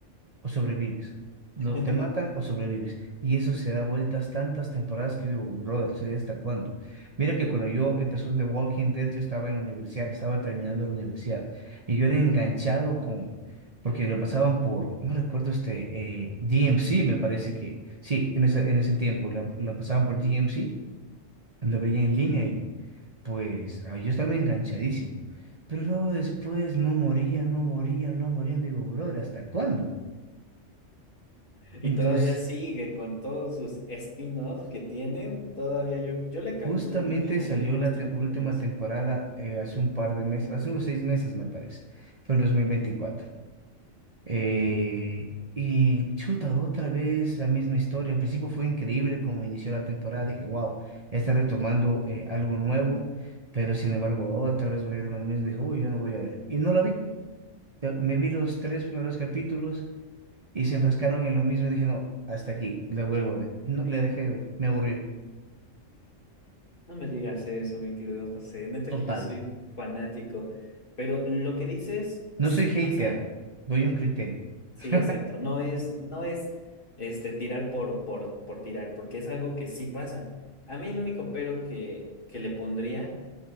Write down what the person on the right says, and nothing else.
o sobrevives. Lo,
te matan o sobrevives. Y eso se da vueltas tantas temporadas que yo digo, brother, o sea, ¿hasta cuándo? Mira que cuando yo empezó The Walking Dead, yo estaba en la universidad, estaba terminando la universidad. Y yo era enganchado con, porque lo pasaban por, no recuerdo este, eh, DMC, me parece que, sí, en ese, en ese tiempo, la, la pasaban por DMC, lo veía en línea y pues ah, yo estaba enganchadísimo. Pero luego después no morían, no morían, no morían. Digo, brother, ¿hasta cuándo? Entonces,
Justamente
salió
la
te- última
temporada eh, hace un par de meses, hace unos seis meses me parece, fue en 2024. Eh, y chuta, otra vez la misma historia. Al principio fue increíble como inició la temporada, dije, wow, está retomando eh, algo nuevo, pero sin embargo otra vez volvieron a lo mismo, dije, uy, yo no voy a ver. Y no la vi, Pe- me vi los tres primeros capítulos y se enfrascaron en lo mismo y dije, no, hasta aquí, la vuelvo a ver. Y no, le dejé de ver, me aburrió.
Total.
No
soy hater,
doy un criterio.
<laughs>